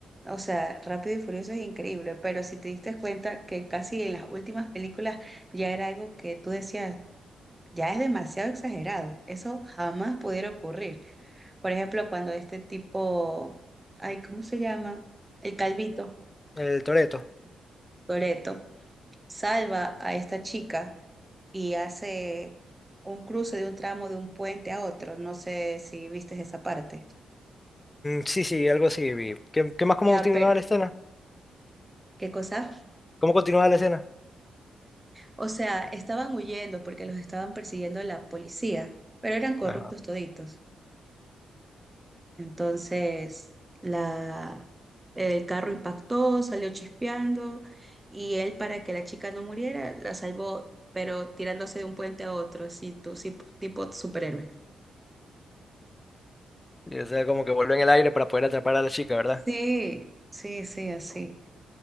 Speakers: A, on the right; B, on the left.
A: O sea, Rápido y Furioso es increíble, pero si te diste cuenta que casi en las últimas películas ya era algo que tú decías, ya es demasiado exagerado. Eso jamás pudiera ocurrir. Por ejemplo, cuando este tipo, ay, ¿cómo se llama? El Calvito,
B: El Toreto
A: Toretto, salva a esta chica y hace un cruce de un tramo de un puente a otro. No sé si viste esa parte.
B: sí, sí, algo así vi. ¿Qué, qué más cómo
A: Ya,
B: continuaba
A: pero
B: la escena?
A: ¿Qué cosa?
B: ¿Cómo continuaba la escena?
A: O sea, estaban huyendo porque los estaban persiguiendo la policía, pero eran corruptos
B: Ajá.
A: toditos. Entonces, la, el carro impactó, salió chispeando y él, para que la chica no muriera, la salvó, pero tirándose de un puente a otro, así, tú, sí, tipo superhéroe.
B: Y, o sea, como que vuelve en el aire para poder atrapar a la chica, ¿verdad?
A: Sí, sí, sí, así.